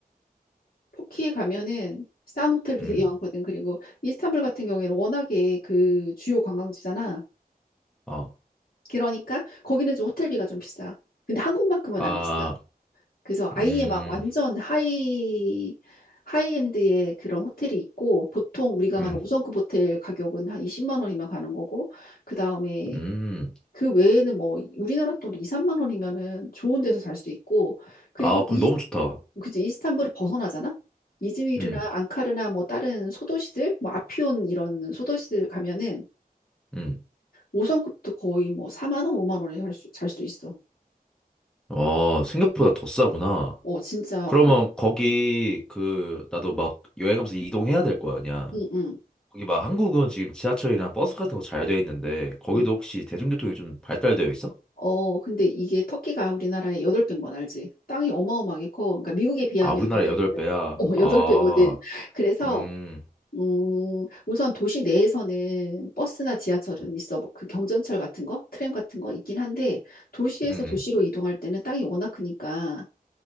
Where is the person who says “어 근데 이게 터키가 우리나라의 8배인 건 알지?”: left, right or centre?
Left